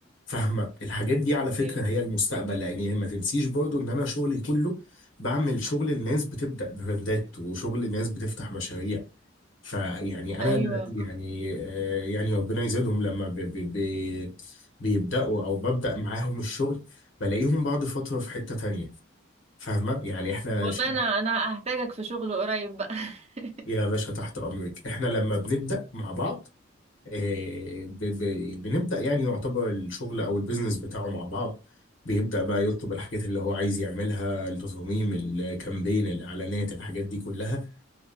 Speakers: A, on the left; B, on the right.
A: فاهمه الحاجات دي على فكره
B: ايوه
A: هي المستقبل لان هي ما تنسيش برضو ان انا شغلي كله بعمل شغل الناس بتبدا براندات وشغل الناس بتفتح مشاريع فيعني انا
B: ايوه
A: يعني
B: صح.
A: آه، يعني ربنا يزيدهم لما بي بي بي بيبداوا او ببدا معاهم الشغل بلاقيهم بعد فتره في حته تانية فاهمة يعني احنا
B: والله
A: ش-
B: انا انا هحتاجك في شغل قريب بقى <laughs>
A: يا باشا تحت امرك احنا لما بنبدأ مع بعض آه، ب- ب- بنبدأ يعني يعتبر الشغل او البيزنس بتاعه مع بعض بيبدأ بقى يطلب الحاجات اللي هو عايز يعملها التصاميم الكامبين الاعلانات الحاجات دي كلها